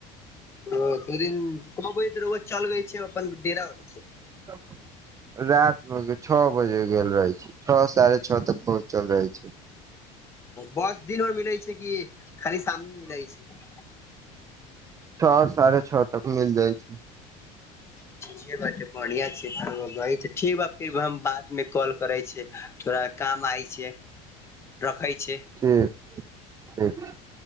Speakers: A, on the left; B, on the right.
A: ओ दिन कहबै त रउआ चलबै छै अपन डेरा होयं छै
B: <inaudible> राति मे के छौ बजे गेल रहै छै छौ साढ़े छौ तक पहुँचल जाइ छै
A: बस दिन भर मिलैत छै कि खाली शाम मे मिलैत छै
B: छौ साढ़े छौ तक मिल जाय छै
A: <unintelligible> बढ़िया छै ठीक फिर हम बात मे कॉल करे छियै थोड़ा काम आय छियै रखै छियै
B: ठीक ठीक